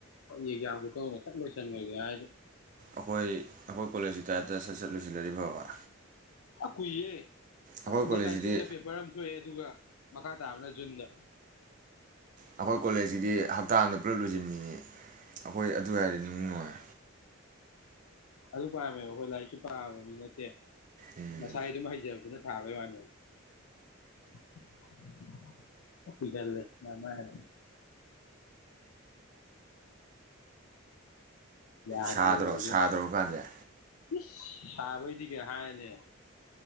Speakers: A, on the left; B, on the right.
A: ꯀꯔꯤ ꯑꯦꯛꯖꯥꯝ ꯈꯨꯇꯧꯅꫭ ꯁꯠ ꯂꯣꯏꯁꯟ ꯒ꯭ꯔꯒꯦ ꯍꯥꯏꯗꯦ
B: ꯑꯩꯈꯣꯏ ꯑꯩꯈꯣꯏ ꯀꯣꯂꯦꯖꯀꯤ ꯇꯥꯏꯞꯇ ꯁꯠ ꯁꯠ ꯂꫭꯏꯁꯤꯜꯂꯗꯤ ꯐꯕ
A: ꯀꯨꯏ ꯌꯦ
B: ꯑꯩꯈꯣꯏ
A: ꯗꯦꯠ
B: ꯀꯣꯂꯦꯖꯁꯤꯗꯤ
A: ꯅꯥꯏꯟꯇꯤꯟꯗ ꯄꯦꯄꯔ ꯑꯝ ꯊꯣꯛꯑꯦ ꯑꯗꯨꯒ ꯃꯈꯥ ꯇꯥꯕꯅ ꯖꯨꯟꯗ
B: ꯑꯩꯈꯣꯏ ꯀꯣꯂꯦꯖ ꯖꯤꯗꯤ ꯍꯞꯇꯥ ꯑꯗ ꯄꯨꯂꯞ ꯂꯣꯏꯁꯤꯟꯕꯤꯅꯤ ꯑꯩꯈꯣꯏ ꯑꯗꯨ ꯍꯥꯏꯔꯗꯤ ꯅꯨꯡꯗꯤ ꯅꯨꯡꯉꯥꯏ
A: ꯑꯗꯨ ꯄꯥꯝꯃꯦꯕ ꯑꯩꯈꯣꯏ ꯂꯥꯏꯔꯤꯛꯁꯨ ꯄꯥꯕ ꯃꯤ ꯅꯠꯇꯦ
B: ꯎꯝ
A: ꯃꯁꯥꯏ ꯑꯗꯨꯝ ꯍꯩꯖꯕꯗꯨꯅ ꯊꯥꯕꯩ ꯋꯥꯅꯤ <unintelligible> ꯀꯨꯏꯒꯜꯂꯦ ꯅꯃꯥꯏꯃꯠ ꯌꯥꯗ꯭ꯔꯦꯕ
B: ꯁꯥꯗ꯭ꯔꯣ
A: ꯑꯗꯨꯅ
B: ꯁꯥꯗ꯭ꯔꯣ ꯍꯧꯖꯤꯛ ꯀꯥꯟꯁꯦ
A: ꯏꯁ! ꯁꯥꯕꯩꯗꯤ ꯀꯩ ꯍꯥꯏꯔꯅꯤ